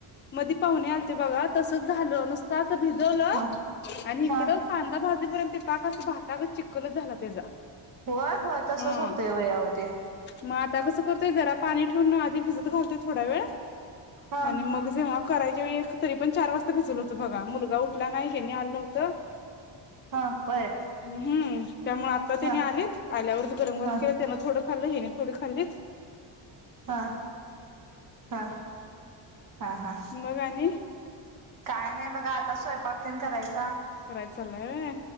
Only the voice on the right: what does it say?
हा
हा
होय होय तसच
होतंय व्हय अहो ते
हा
हा होय
हा
हा
हा हा हा हा
काय नाही बघा आता स्वयंपाक तेन करायचं